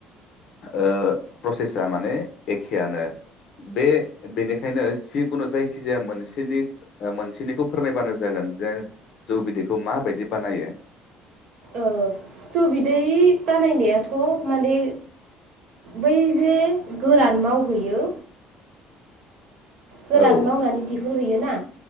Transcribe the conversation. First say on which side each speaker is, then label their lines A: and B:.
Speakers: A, on the left; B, on the right.
A: ओ प्रसेसा माने एखेयानो बे बेनिखायनो जि खुनु जायखिजाया मोनसेनि ओ मोनसेनिखौ फोरमायबानो जागोन जे जौ बिदैखौ माबायदि बानायो।
B: ओ जौ बिदै बानायनायाथ' माने बै जे गोरान मावहैयो गोरान
A: औ
B: मावनानै दिहुन हैयोना